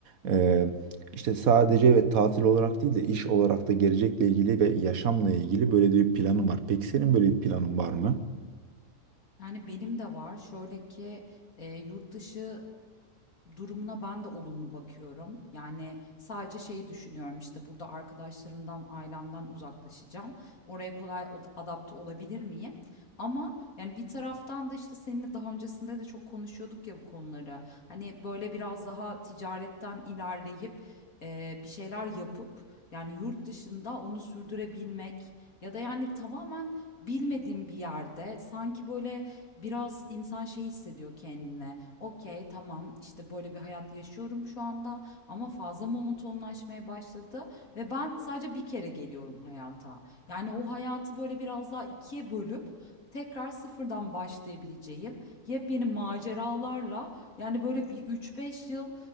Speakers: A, on the right; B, on the left.
A: E, işte sadece ve tatil olarak değil de iş olarak da gelecekle ilgili ve yaşamla ilgili böyle de bir planım var. Peki senin böyle bir planın var mı?
B: Yani, benim de var. Şöyle ki, e, yurt dışı. Durumuna ben de olumlu bakıyorum. Yani sadece şey düşünüyorum, işte, burada arkadaşlarımdan, ailemden uzaklaşacağım. Oraya kolay od adapte olabilir miyim? Ama, yani, bir taraftan da, işte, seninle daha öncesinde de çok konuşuyorduk ya bu konuları. Hani, böyle, biraz daha ticaretten ilerleyip, eee, bir şeyler yapıp, yani, yurt dışında onu sürdürebilmek ya da, yani, tamamen bilmediğim bir yerde sanki, böyle, biraz insan şey hissediyor kendine. Okey, tamam, işte, böyle bir hayat yaşıyorum şu anda ama fazla monotonlaşmaya başladı ve ben sadece bir kere geliyorum hayata. Yani o hayatı böyle biraz daha ikiye bölüp tekrar sıfırdan başlayabileceğim yepyeni maceralarla, yani, böyle bir üç beş yıl